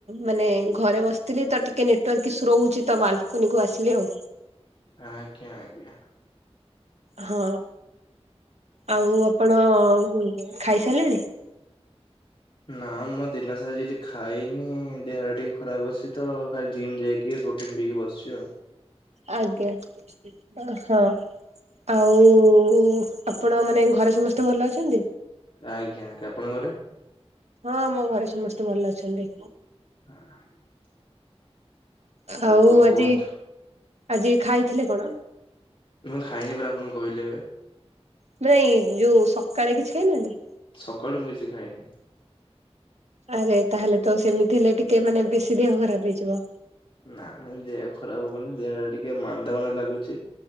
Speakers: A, on the right; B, on the left.
A: ମାନେ ଘରେ ବସିଥିଲି ତ ଟିକେ ନେଟୱାର୍କ ଇସୁ ରଉଚି ତ ବାଲକୁନି କୁ ଆ ଆସିଲି ଆଉ।
B: ଆଜ୍ଞା ଆଜ୍ଞା।
A: ହଁ ଆଉ ଆପଣ ଖାଇସାରିଲେଣି।
B: ନା ମୁଁ ଦିନ ସାରା କିଛି ଖାଇନି, ଦେହ ଟା ଟିକେ ଖରାପ ଅଛି ତ ଖାଲି ଜିମ୍ ଯାଇକି। କିଏ ପ୍ରୋଟିନ୍ ପିଇକି ବସିଛି ଆଉ
A: ଆଜ୍ଞା ହଁ ଆଉ। ଆପଣ ମାନେ ଘରେ ସମସ୍ତେ ଭଲ ଅଛନ୍ତି।
B: ଆଜ୍ଞା ଆଜ୍ଞା ଆପଣଙ୍କର
A: ହଁ ଆମ ଘରେ ସମସ୍ତେ ଭଲ ଅଛନ୍ତି।
B: <inaudible>
A: ଆଉ
B: କଣ କୁହନ୍ତୁ?
A: ଆଜି ଆଜି ଖାଇଥିଲେ କଣ?
B: ମୁଁ ଖାଇନି ପରା ଆପଣଙ୍କୁ କହିଲେ ଏବେ।
A: ମ ନାଇ ଯୋଉ ସକାଳେ କିଛି ଖାଇନାହାନ୍ତି।
B: ସକାଳୁ ମୁଁ କିଛି ଖାଇନି।
A: ଆରେ ତାହେଲେ ତ ସେମିତି ହେଲେ ଟିକେ ମାନେ ବେଶୀ ଦେହ ଖରାପ ହେଇଯିବ।
B: ନା ଯି ଖରାପ ହବନି ଦେହଟା ଟିକେ ମାନ୍ଦା ମନ୍ଦ ଲାଗୁଛି